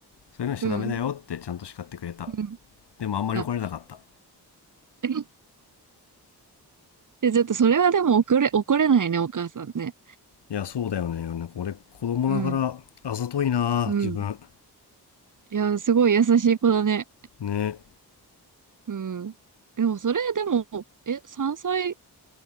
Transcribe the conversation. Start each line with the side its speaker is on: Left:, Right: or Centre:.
Left: そういうのしちゃダメだよってちゃんと叱ってくれた。
Right: うん、う
Left: でもあんまり怒れなかった。
Right: ん。あ、<laughs> え、でちょっとそれはでも怒れ、怒れないね、お母さんね。
Left: いや、そうだよね。なんか俺、子供ながらあざといな、
Right: うん、うん。
Left: 自分。
Right: いや、すごい優しい子だね。
Left: ね。
Right: うん。でもそれでも、え、3歳